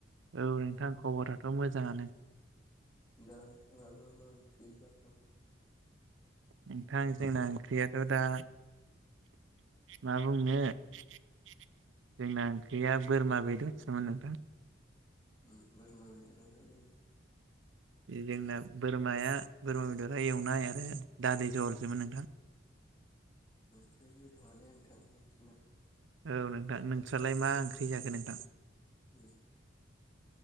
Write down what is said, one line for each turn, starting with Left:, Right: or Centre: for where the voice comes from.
Right: औ नोंथां खबराथ' मोजाङानो <unintelligible>
Left: दाथाङा मा मा ओंख्रि जाखो <unintelligible>
Right: नोंथां जोंना ओंख्रियाथ' दा <unintelligible> माबनो <unintelligible> जोंना ओंख्रिया बोरमा बेदरसोमोन नोंथां
Left: <inaudible>
Right: जोंना बोरमाया बोरमा बेदरा एवनाय आरो दालि जहलसोमोन नोंथां।
Left: ओंख्रि गोथावआनो नोंथां नोंसिना।
Right: औ नोंथां नोंस्रालाय मा ओंख्रि जाखो नोंथां?
Left: <inaudible>